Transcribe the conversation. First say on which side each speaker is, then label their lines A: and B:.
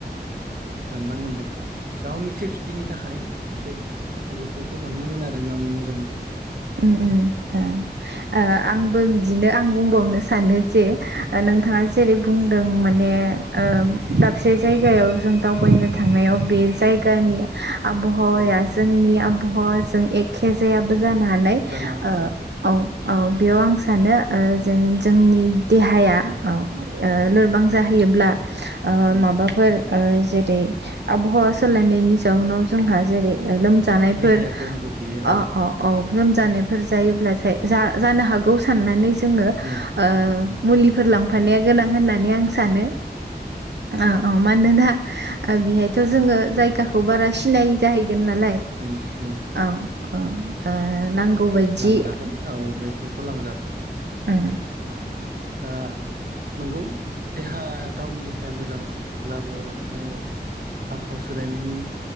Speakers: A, on the right (about 60°); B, on the right (about 80°).
A: थांनांगोन बेखौ गावनि सेफटिनि थाखाय रैखाथिनि थाखाय बेफोरखौ लांनांगोन आरो गावनि मोजांनि थाखाय।
B: ओम ओम ओ। ओ आंबो बिदिनो आं बुंबावनो सानो जे नोंथाङा जेरै बुंदों माने ओ दाबसे जायगायाव जों दावबायनो थांनायाव बे जायगानि आबहावाया
A: औ
B: जोंनि आब हावाजों एखे जायाबो जानो हानाय।
A: जानो हागौ
B: ओ औ औ। बेयाव आं सानो ओ जेन जोंनि देहाया औ ओ लोरबां जाहैयोब्ला ओ
A: औ
B: माबाफोर ओ जेरै आबहावा सोलायनायनि जाउनाव जोंहा जेरै लोमजानायफोर
A: देहाया गोहोम गोग्लैयो
B: अ अ औ लोमजानायफोर जायोब्लाथाय जा जानो हागौ साननानै जोङो
A: औ
B: ओ मुलिफोर लांफानाया गोनां होननानै आं सानो। औ औ मानोना ओ बेहायथ' जोङो जायगाखौ बारा सिनाय जाहैगोन नालाय?
A: अ
B: औ औ। ओ
A: अ
B: नांगौ बायदि
A: लांजागोन औ बेेफोरखौ लांजागोन
B: उम
A: अ। दा नंगौ देहा गावनि देहाया मोजांब्लाबो जोङो आबहावा सोलायनायनि